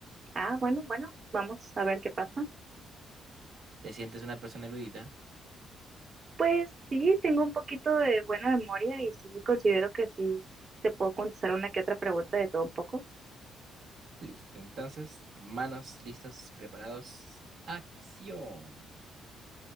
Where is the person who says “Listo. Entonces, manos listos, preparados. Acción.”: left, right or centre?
Right